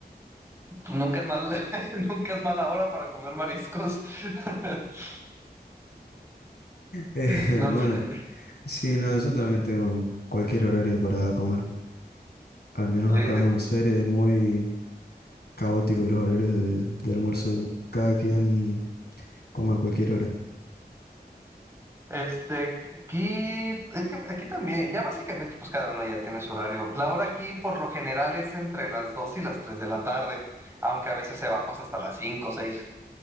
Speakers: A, on the right; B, on the left.
A: Pues nunca es mal, <laughs> nunca es mala hora para comer mariscos. <laughs>
B: Eh,
A: No
B: bueno,
A: sé.
B: sí, no, yo también tengo cualquier horario para comer. Al menos
A: Eh,
B: acá en Buenos Aires es muy caótico los horarios de, de almuerzo. Cada quien come a cualquier hora.
A: Este, aquí, es que aquí también, ya básicamente, pues cada uno ya tiene su horario. La hora aquí, por lo general, es entre las 2 y las 3 de la tarde, aunque a veces se va pues hasta las cinco o 6.